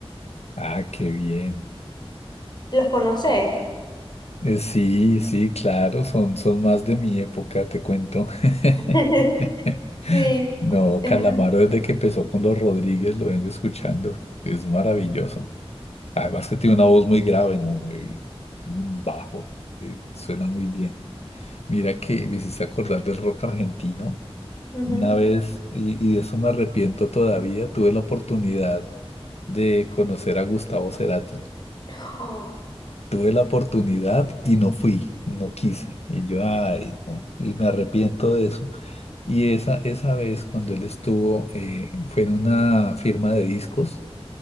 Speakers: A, on the left; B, on the left.
A: Ah, qué bien.
B: ¿los conoces?
A: Eh, Sí, sí, claro, son, son más de mi época, te cuento. <laughs>
B: <laughs> Sí,
A: No,
B: entonces,
A: Calamaro desde que empezó con los Rodríguez lo vengo escuchando. Es maravilloso. Además que tiene una voz muy grave, ¿no? Y un bajo. eh, suena muy bien. Mira que me hiciste acordar del rock argentino.
B: ujú.
A: Una vez, y, y de eso me arrepiento todavía, tuve la oportunidad de conocer a Gustavo Cerati.
B: <gasps> Oh,
A: Tuve la oportunidad y no fui, no quise. Y yo, ay, no, y me arrepiento de eso. Y esa, esa vez cuando él estuvo, eh, fue en una firma de discos